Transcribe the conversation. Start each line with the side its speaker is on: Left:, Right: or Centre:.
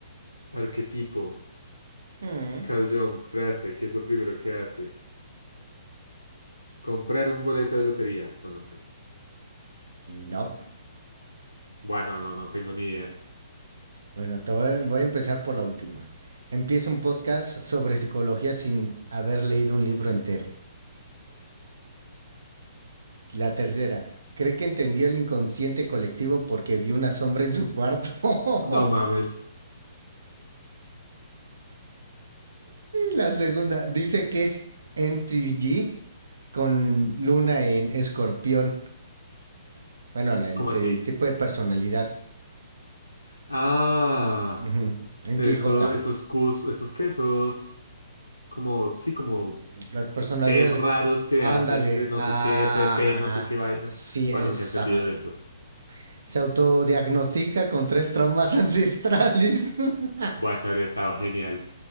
Left: Arquetipo.
Right: Mm,
Left: Carl Jung, frase, ¿qué es lo primero que hace? Comprar un boleto de lotería. No, no sé.
Right: No.
Left: Bueno, no, no tengo ni idea.
Right: Bueno, te voy, voy a empezar por la última. Empiezo un podcast sobre psicología sin haber leído un libro entero. La tercera. Cree que entendió el inconsciente colectivo porque vio una sombra en su cuarto. <laughs>
Left: No mames.
Right: la segunda. Dice que es N T G con luna en escorpión. Bueno, la- el,
Left: ¿Cómo
Right: el
Left: así?
Right: tipo de personalidad.
Left: Ah,
Right: Ujú. En
Left: eso,
Right: ti, Jota.
Left: esos cus, esos qué, esos como, sí, como
Right: Las personalidades.
Left: test raros que
Right: Ándale.
Left: hacen de no
Right: Ah,
Left: sé qué, FP,
Right: ajá,
Left: no sé qué vaina.
Right: Sí, esa
Left: Bueno, nunca he entendido
Right: madre.
Left: eso.
Right: Se autodiagnostica con tres traumas ancestrales. <laughs>
Left: Bueno, eso habría estado genial.